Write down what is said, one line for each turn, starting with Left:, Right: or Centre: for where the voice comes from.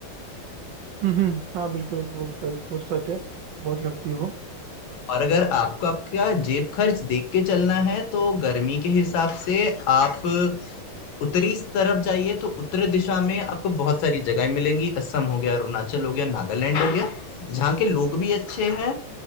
Right: हम्म, हाँ बिल्कुल वो सही वो तो सच है बहुत लगती है वो
Left: और अगर आपको आपका जेब खर्च देख के चलना है तो गर्मी के हिसाब से आप उत्तरी तरफ जाइए तो उत्तरी दिशा में आपको बहुत सारी जगह मिलेंगी असम हो गया अरुणाचल हो गया नागालैंड हो गया जहाँ के लोग भी अच्छे हैं